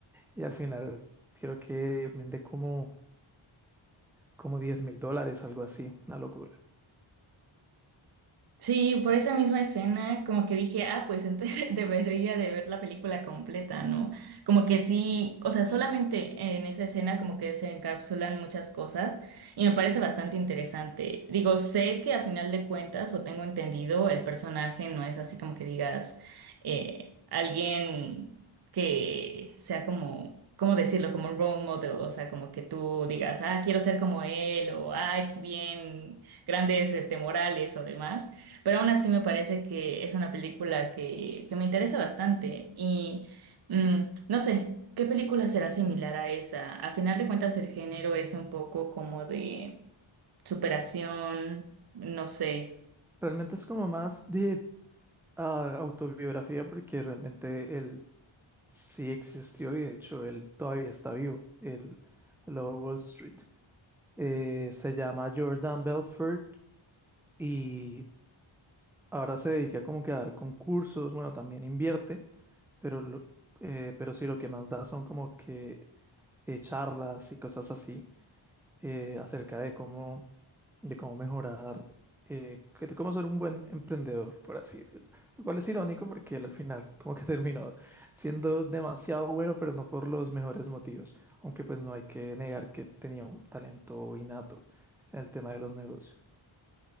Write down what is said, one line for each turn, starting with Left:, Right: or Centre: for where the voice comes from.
Centre: Y al final creo que vende como, como diez mil dólares, algo así, una locura.
Right: Sí, por esa misma escena, como que dije, ah, pues entonces <laughs> debería de ver la película completa, ¿no? Como que sí, o sea, solamente en esa escena como que se encapsulan muchas cosas y me parece bastante interesante. Digo, sé que a final de cuentas, o tengo entendido, el personaje no es así como que digas eh, alguien que sea como, ¿cómo decirlo? Como un role model, o sea, como que tú digas, ah, quiero ser como él, o ay, qué bien, grandes este, morales o demás pero aún así me parece que es una película que, que me interesa bastante. Y mm, no sé, ¿qué película será similar a esa? A final de cuentas, el género es un poco como de superación, no sé.
Centre: Realmente es como más de ah, autobiografía porque realmente él sí existió y de hecho él todavía está vivo, el Lobo de Wall Street. Eh, se llama Jordan Belfort y ahora se dedica como que a dar concursos, bueno, también invierte, pero, lo- eh, pero sí lo que más da son como que eh, charlas y cosas así. eh, acerca de cómo, de cómo mejorar, eh, que- de cómo ser un buen emprendedor, por así decirlo. Lo cual es irónico porque él al final como que <laughs> terminó siendo demasiado bueno, pero no por los mejores motivos. Aunque pues no hay que negar que tenía un talento innato en el tema de los negocios.